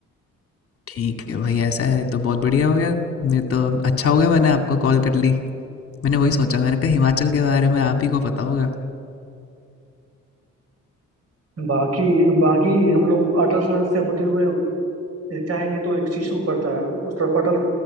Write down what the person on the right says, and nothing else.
बाकी बाकी हम लोग अटल टनल से होते हुए चाहेंगे तो एक शीशु पड़ता है उस तरफ अटल